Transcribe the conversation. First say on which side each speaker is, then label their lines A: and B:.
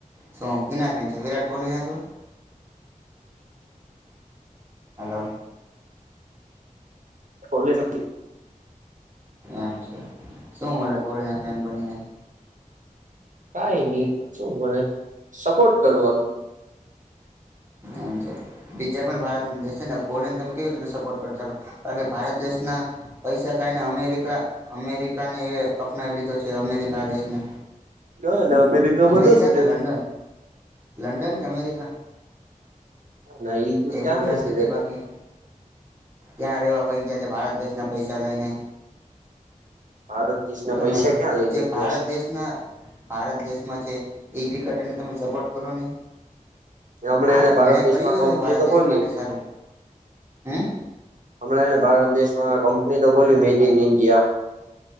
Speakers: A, on the right (about 15°); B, on the right (about 65°).
A: શું કેના ફેન છો? વિરાટ કોહલી ના છું? હલો
B: કોલે નથી
A: એમ છે. શું મલે કોલીના ફેન બનીને?
B: કઈ નહી શું મને સપોર્ટ કરવાનું
A: એમ છે બીજા પણ ભારત દેશ છે, ને પોલેન્ડ તમે કેવી રીતે સપોર્ટ કરી શકો છો કારણ કે ભારત દેશના પૈસા ખાઈને અમેરિકા અમેરિકા રિકાને એ અપનાવી લીધો છે, અમેરિકા દેશને
B: ના ના અમેરિકામાં
A: અમેરિકા
B: નથી
A: કે
B: રેતા
A: લંડન લંડન કે અમેરિકા?
B: ના ઈ
A: એ
B: ક્યાં
A: બહ યાદ નથી
B: રેતા
A: બાકી ત્યાં રેવા હોય, ગયા છે, ભારત દેશના પૈસા લઈને,
B: ભારત દેશ
A: તો
B: ના
A: તમે
B: પૈસા ક્યાં લઈને
A: જે
B: ગયા
A: ભારત દેશના ભારત દેશમાં છે, એ ક્રિકેટરને તમે સપોર્ટ કરોને
B: છે હમણાં
A: હા,
B: એને ભારત
A: એણે
B: દેશમાં
A: કર્યું
B: કંપની
A: હ ભારત
B: તો
A: દેશ
B: ખોલી
A: માટે સારું હમ
B: હમણાં એને ભારત દેશમાં કંપની તો બોલી મેડ ઇન ઇન્ડિયા